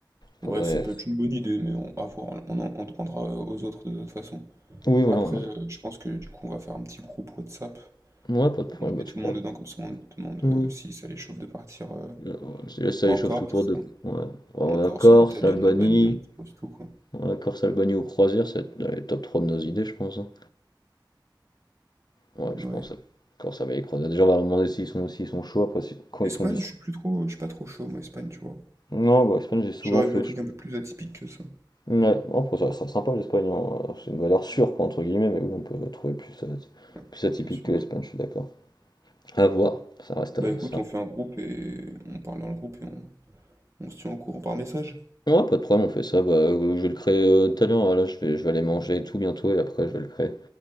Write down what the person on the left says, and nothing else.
Faudrait.
Oui, voilà,
on demande.
Ouais, pas de problème,
bah,
tu
pourras
Oui.
Alors, C'est ça
les tout
court de. Ouais. On
a Corse,
Albanie.
Ouais, Corse, Albanie ou croisière, c'est dans les top 3 de nos idées, je pense. hein. Ouais,
je pense. à Corse avec les croisières. Déjà, on va leur demander s'ils sont, s'ils sont chauds après, si- quand
ils sont dix
Non, bah, l'Espagne, j'ai souvent
fait.
je-
Ouais, bon, après, ça sera sympa l'Espagne. hein. C'est une valeur sûre, quoi, entre guillemets, mais oui, on peut trouver plus, euh,
plus atypique
que l'Espagne, je suis d'accord. À voir, ça reste à
ça.
Ouais, pas de problème, on fait ça. Bah, euh, je vais le créer euh, tout à l'heure. Là, je vais, je vais aller manger et tout bientôt et après, je vais le créer.